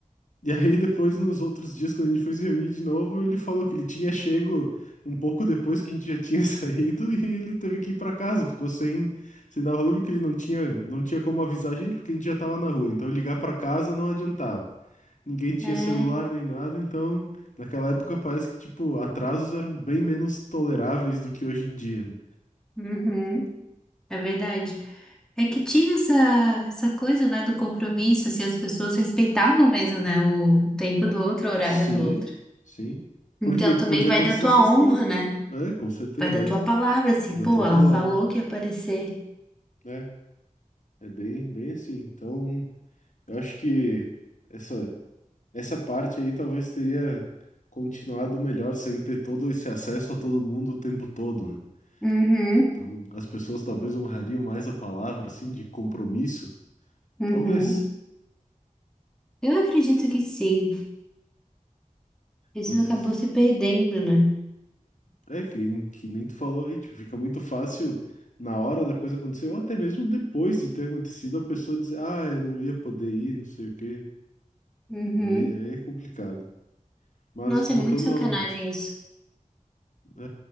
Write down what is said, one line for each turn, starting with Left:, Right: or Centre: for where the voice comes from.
Left: E aí, depois, nos outros dias, quando a gente foi se reunir de novo, ele falou que ele tinha chego um pouco depois que a gente já tinha <laughs> saído e ele teve que ir pra casa, ficou sem, sem dar o rolê porque ele não tinha, não tinha como avisar a gente porque a gente já tava na rua. Então, ligar pra casa não adiantava. Ninguém tinha
Centre: é,
Left: celular nem nada, então, naquela época parece que, tipo, atrasos eram bem menos toleráveis do que hoje em dia, né?
Centre: uhum, é verdade. É que tinha essa, essa coisa, né, do compromisso, assim, as pessoas respeitavam mesmo, né, o tempo do outro, o horário
Left: Sim,
Centre: do outro.
Left: sim. Porque
Centre: Então
Left: podia
Centre: também vai
Left: acontecer
Centre: da tua
Left: essas
Centre: honra,
Left: coisas.
Centre: né?
Left: É, com certeza,
Centre: Vai da
Left: vai
Centre: tua
Left: d-
Centre: palavra, assim,
Left: da
Centre: pô,
Left: tua
Centre: ela
Left: palavra.
Centre: falou que ia aparecer.
Left: né? É bem, bem assim. Então, eu acho que essa, essa parte aí talvez teria continuado melhor sem ter todo esse acesso a todo mundo o tempo todo, né?
Centre: Uhum,
Left: Então, as pessoas talvez honrariam mais a palavra, assim, de compromisso.
Centre: uhum,
Left: Talvez.
Centre: Eu acredito que sim. Isso
Left: Mas
Centre: acabou
Left: isso
Centre: se perdendo, né?
Left: é, é que, que nem tu falou aí, tipo, fica muito fácil na hora da coisa acontecer, ou até mesmo depois de ter acontecido, a pessoa dizer, ah, eu não ia poder ir, não sei o quê.
Centre: uhum.
Left: Aí, aí é complicado. Mas
Centre: Nossa,
Left: voltando
Centre: é muito sacanagem
Left: a um
Centre: isso.
Left: É,